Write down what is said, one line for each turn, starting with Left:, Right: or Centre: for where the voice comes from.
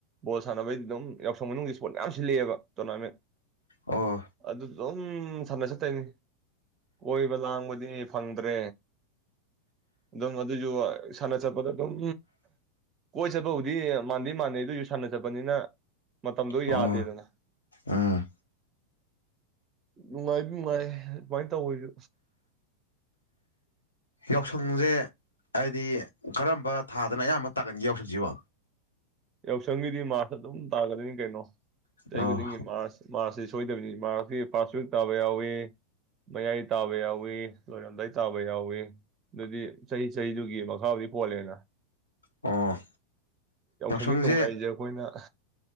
Right: ꯕꯣꯜ ꯁꯥꯟꯅꯕꯩꯗꯤ ꯑꯗꯨꯝ ꯌꯥꯎꯁꯪ ꯃꯅꯨꯡꯒꯤ ꯏꯁꯄꯣꯔꯠ ꯃꯌꯥꯝ ꯁꯤꯜꯂꯤꯑꯕ ꯇꯣꯔꯅꯥꯃꯦꯟ
Left: ꯑꯣ
Right: ꯑꯗꯨ ꯑꯗꯨꯝ ꯁꯥꯟꯅ ꯆꯠꯇꯣꯏꯅꯤ ꯀꯣꯏꯕ ꯂꯥꯡꯕꯗꯤ ꯐꯪꯗ꯭ꯔꯦ ꯑꯗꯨꯝ ꯑꯗꯨꯁꯨ ꯁꯥꯟꯅ ꯆꯠꯄꯗ ꯑꯗꯨꯝ ꯀꯣꯏ ꯆꯠꯄ ꯗꯤ ꯃꯥꯟꯗꯤ ꯃꯥꯟꯅꯩ ꯑꯗꯣꯏꯁꯨ ꯁꯥꯟꯅ ꯆꯠꯄꯅꯤꯅ ꯃꯇꯝꯗꯣ
Left: ꯑꯣ
Right: ꯌꯥꯗꯦꯗꯅ
Left: ꯎꯝ
Right: ꯅꯨꯡꯉꯥꯏ ꯅꯨꯡꯉꯥꯏ ꯑꯗꯨꯃꯥꯏꯅ ꯇꯧꯁꯨ
Left: ꯌꯥꯎꯁꯪꯁꯦ ꯍꯥꯏꯗꯤ ꯀꯔꯝꯕ ꯊꯥꯗꯅ ꯑꯌꯥꯝꯕ ꯇꯥꯒꯟꯒꯦ ꯌꯥꯎꯁꯪꯁꯤꯕꯣ
Right: ꯌꯥꯎꯁꯪꯒꯤꯗꯤ ꯃꯥꯁ ꯑꯗꯨꯝ ꯇꯥꯒꯗꯣꯏꯅꯤ ꯀꯩꯅꯣ ꯆꯍꯤ
Left: ꯑꯣ
Right: ꯈꯨꯗꯤꯡꯒꯤ ꯃ꯭ꯥꯔꯁ ꯁꯣꯏꯗꯕꯅꯤ ꯃꯥꯔꯁꯀꯤ ꯐꯥꯔꯁ ꯋꯤꯛ ꯇꯥꯕ ꯌꯥꯎꯏꯤ ꯃꯌꯥꯏ ꯇꯥꯕ ꯌꯥꯋꯤ ꯂꯣꯏꯔꯝꯗꯥꯏ ꯇꯥꯕ ꯌꯥꯎꯋꯤ ꯑꯗꯨꯗꯤ ꯆꯍꯤ ꯆꯍꯤꯗꯨꯒꯤ ꯃꯈꯥꯕꯨꯗꯤ ꯄꯣꯜꯂꯦꯅ
Left: ꯑꯣ ꯌꯥꯎꯁꯪꯁꯦ
Right: ꯅꯨꯡꯉꯥꯏꯖꯦ ꯑꯩꯈꯣꯏ ꯑ